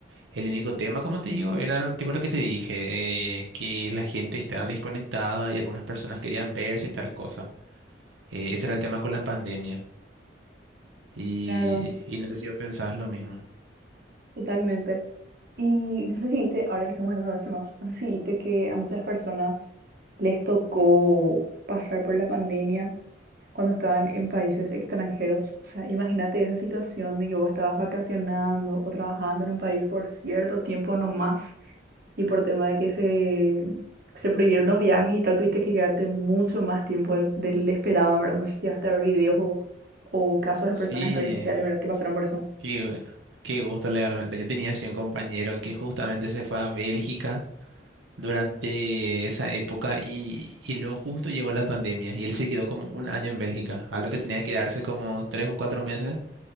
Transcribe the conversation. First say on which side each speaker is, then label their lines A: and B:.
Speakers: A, on the right; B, on the right.
A: El único tema, como te digo, era tipo lo que te dije, eh, que la gente estaba desconectada y algunas personas querían verse y tal cosa. Eh, ese era el tema con la pandemia. Y,
B: Claro,
A: y no sé si vos pensabas lo mismo.
B: totalmente. Y no sé si viste, ahora que estamos hablando de temas, no sé si viste que a muchas personas les tocó pasar por la pandemia cuando estaban en países extranjeros. O sea, imagínate esa situación de que vos estabas vacacionando o trabajando en un país por cierto tiempo nomás y por tema de que se, se prohibieron los viajes y tal, tuviste que quedarte mucho más tiempo del, del esperado, ¿verdad? No sé si llegaste a ver videos o, o casos de
A: Sí,
B: personas en redes sociales, ¿verdad? Que pasaron por eso.
A: qué, qué gusto legalmente. Yo tenía así un compañero que justamente se fue a Bélgica durante esa época y, y luego justo llegó la pandemia y él se quedó como un año en Bélgica, a lo que tenía que quedarse como tres o cuatro meses.